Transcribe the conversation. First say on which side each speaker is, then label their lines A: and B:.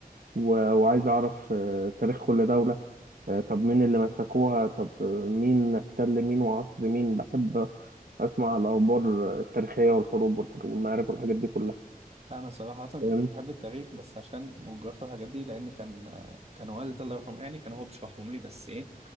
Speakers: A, on the right; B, on the right.
A: و... وعايز اعرف آه، تاريخ كل دوله آه، طب مين اللي مسكوها طب آه، مين احتل مين وعصر مين بحب اسمع الاخبار التاريخيه والحروب والحروب والمعارك والحاجات دي كلها
B: انا صراحه كنت
A: فاهمني
B: بحب التاريخ بس عشان والجغرافيا والحاجات دي لان كان كان والدي الله يرحمه يعني كان هو بيشرحهم لي بس ايه